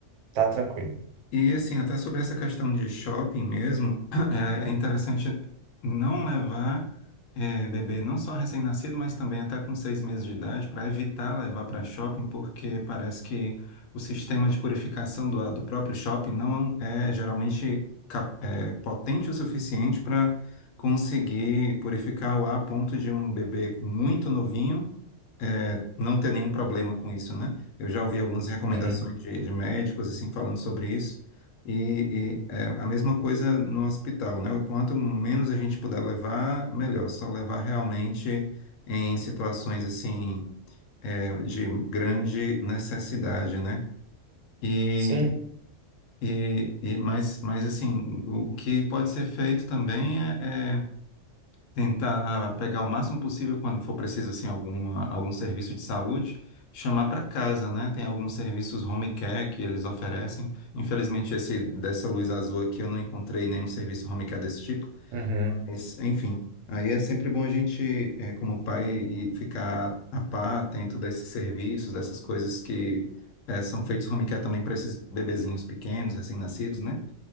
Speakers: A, on the right (about 75°); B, on the left (about 80°).
A: tá tranquilo.
B: E assim, até sobre essa questão de shopping mesmo, <clears throat> é é interessante não levar eh, bebê não só recém-nascido, mas também até com seis meses de idade, para evitar levar para shopping, porque parece que o sistema de purificação do, do próprio shopping não é geralmente cap- eh, potente o suficiente para conseguir purificar o ar a ponto de um bebê muito novinho é, não ter nenhum problema com isso, né? Eu já ouvi algumas Uhum. recomendações
A: Uhum.
B: de, de médicos, assim, falando sobre isso, e, e, é, a mesma coisa no hospital, né? O Quanto menos a gente puder levar, melhor. Só levar realmente em situações, assim, é, de grande necessidade, né? E,
A: Sim,
B: e, e mas, mas, assim, o, o que pode ser feito também é é tentar pegar o máximo possível quando for preciso assim algum algum serviço de saúde, chamar para casa, né? Tem alguns serviços home care que eles oferecem. Infelizmente esse dessa luz azul aqui eu não encontrei nenhum serviço home care desse tipo.
A: uhum.
B: Mas, enfim, aí é sempre bom a gente, eh, como pai, e ficar a par atento desses serviços, dessas coisas que eh, são feitos home care também para esses bebezinhos pequenos, recém-nascidos, né?